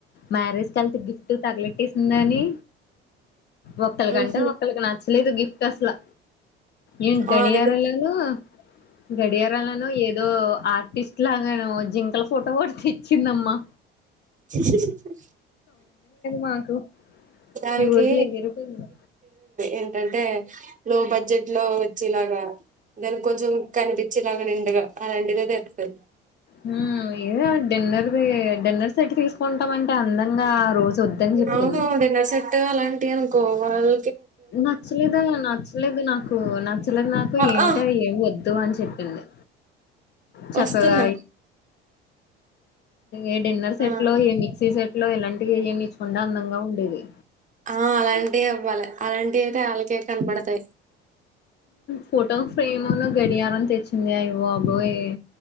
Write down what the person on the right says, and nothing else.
ఉహు
ఆ అదే
తెచ్చిందా
దానికి
ఏంటంటే లో బడ్జెట్ లో వచ్చెలాగా దానికి కొంచెం కనిపిచెలాగా నిండుగా అలాంటిదే తెత్తది
అవును డిన్నర్ సెట్టు అలాంటియి అనుకో వాళ్ళ
ఆ
ఆ
వస్తున్నా
ఆ
ఆ అలాంటియే అవ్వాలి అలాంటి అయితే ఆళ్ళకే కనపడతాయి